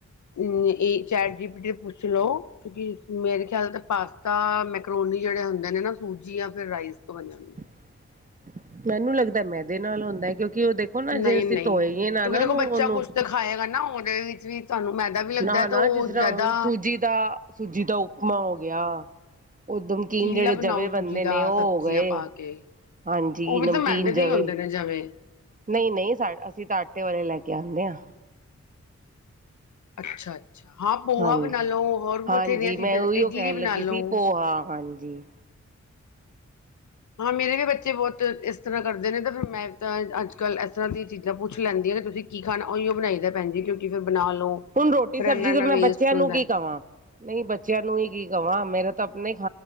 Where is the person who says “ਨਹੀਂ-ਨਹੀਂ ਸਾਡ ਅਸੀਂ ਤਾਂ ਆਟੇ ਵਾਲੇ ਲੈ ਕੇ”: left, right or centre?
Right